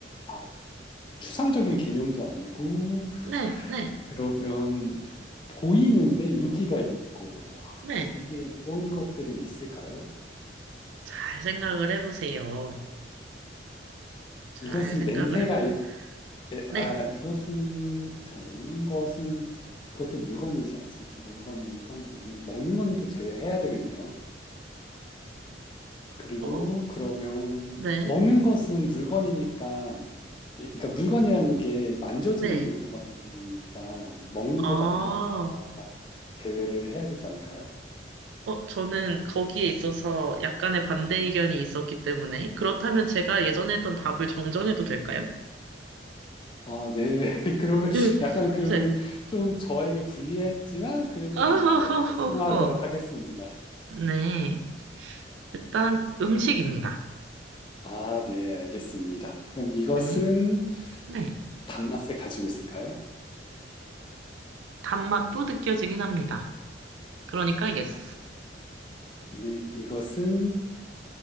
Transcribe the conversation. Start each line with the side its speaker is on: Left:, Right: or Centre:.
Left: 아, 추상적인
Right: 네,
Left: 개념도 아니고,
Right: 네, 네,
Left: 그러면 보이는데 인기가 있고,
Right: 네.
Left: 이게 이런 것들이 있을까요?
Right: 잘 생각을 해보세요. 잘
Left: 이것은
Right: 생각을
Left: 냄새가,
Right: 해보세요.
Left: 이- 에- 아,
Right: 네,
Left: 이것은, 잠깐, 먹는 것은, 그것도 물건이지 않습니까? 물건이니까, 이- 먹는 건 또 제외해야 되겠네요. 그리고
Right: 어?
Left: 그러면
Right: 네,
Left: 먹는 것은 물건이니까 이- 그러니까 물건이라는 게 만져지는
Right: 네.
Left: 게 물건이니까 먹는
Right: 아,
Left: 것
Right: 어,
Left: 같은 것도 다 제외를 해야 되지 않을까요?
Right: 저는 거기에 있어서 약간의 반대
Left: 네.
Right: 의견이 있었기 때문에. 그렇다면 제가 예전에 했던 답을 정정해도 될까요?
Left: 아, 네. <laughs> 그러면
Right: <laughs>
Left: 약간 그러면
Right: 네.
Left: 좀 저에게 불리했지만 그래도 네,
Right: 아허허허허.
Left: 뭐 저 수용하도록 하겠습니다.
Right: 네. 일단 음식입니다.
Left: 아, 네, 알겠습니다. 그럼 이것은
Right: 네, 네.
Left: 단맛을 가지고 있을까요?
Right: 단맛도 느껴지긴 합니다. 그러니까 yes.
Left: 이 이것은